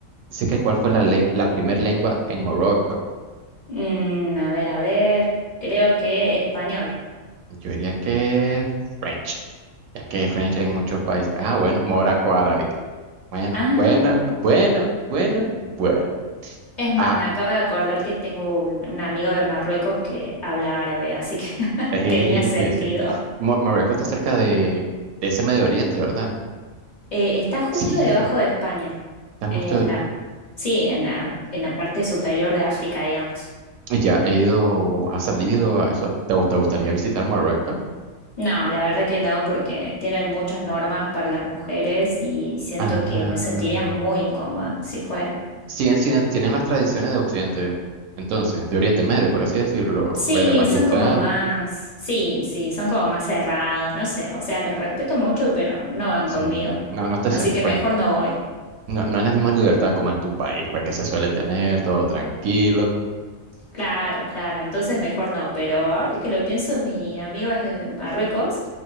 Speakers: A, on the right; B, on the left.
A: Dice que cuál fue la, le- la primera lengua en Morocco.
B: Mm, a ver, a ver, creo que español.
A: Yo diría que French, ya que French hay en muchos países. Ah, bueno, Morocco árabe. Bueno,
B: Ah.
A: bueno, bueno, bueno, bueno.
B: Es más,
A: Ah,
B: me acabo de acordar que tengo un, un amigo de Marruecos que habla árabe, así que <laughs>
A: eh,
B: tenía sentido.
A: tienes gente. Mo- Marruecos está cerca de, de ese Medio Oriente, ¿verdad?
B: Eh, está justo
A: Sí,
B: debajo de España,
A: está
B: en
A: justo.
B: la, sí, en la, en la parte superior de África, digamos.
A: y Ya he ido, ha salido a eso. ¿Te, gu- te gustaría visitar Marruecos?
B: No, la verdad que no, porque tienen muchas normas para las mujeres y siento
A: Ah,
B: que me sentiría muy incómoda si fuera.
A: sí, en sí, tienen las tradiciones de Occidente, entonces, de Oriente Medio, por así decirlo.
B: Sí,
A: Pues de Pakistán,
B: son como más, sí, sí, son como más cerrados, no sé, o sea, los respeto mucho, pero no van
A: sí.
B: conmigo,
A: No, no te
B: así
A: sentís,
B: que
A: pues,
B: mejor no voy.
A: no, no es la misma libertad como en tu país, pues que se suele tener, todo tranquilo.
B: Claro, claro, entonces mejor no, pero ahora que lo pienso, mi amigo es de Marruecos